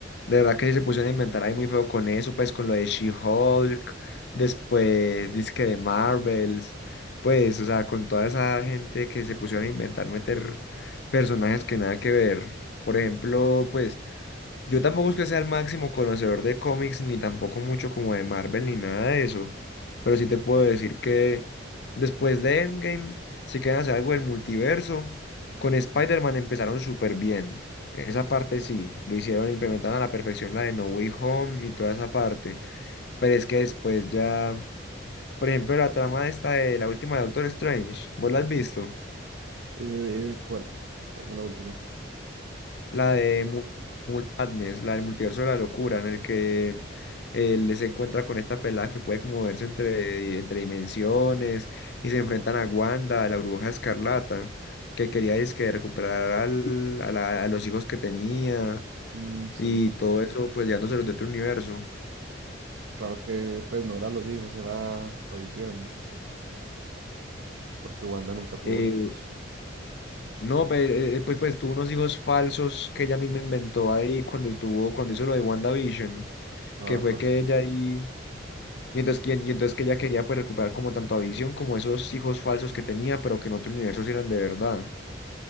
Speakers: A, on the left; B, on the right.
A: De verdad que sí se pusieron a inventar ahí muy feo con eso, pues con lo de She-Hulk, después disque de Marvels, pues, o sea, con toda esa gente que se pusieron a inventar meter personajes que nada que ver. Por ejemplo, pues. Yo tampoco es que sea el máximo conocedor de cómics, ni tampoco mucho como de Marvel, ni nada de eso. Pero sí te puedo decir que después de Endgame, si quieren hacer algo del multiverso, con Spider-Man empezaron súper bien. Esa parte sí, lo hicieron, implementaron a la perfección la de No Way Home y toda esa parte. Pero es que después ya, por ejemplo, la trama esta de la última de Doctor Strange, ¿vos la has visto?
B: Eh, ¿cuál? ¿Cuál fue la última?
A: la de Mu- Moon Madness, la del multiverso de la locura, en el que él se encuentra con esta pelada que puede moverse entre, entre dimensiones y se enfrentan a Wanda, a la bruja escarlata, que quería que recuperar al- a, la- a los hijos que tenía
B: Mm, sí,
A: y
B: sí.
A: todo
B: sí.
A: eso, pues llevándoselos de otro universo.
B: Claro que pues no era los hijos, era Javisión, porque Wanda nunca tuvo
A: Eh,
B: hijos.
A: no, pero, eh, pues, pues tuvo unos hijos falsos que ella misma inventó ahí cuando tuvo, cuando hizo lo de WandaVision,
B: Ajá.
A: que fue que ella ahí. Y entonces, que- y entonces que ella quería pues recuperar como tanto a Visión como esos hijos falsos que tenía, pero que en otro universo sí eran de verdad.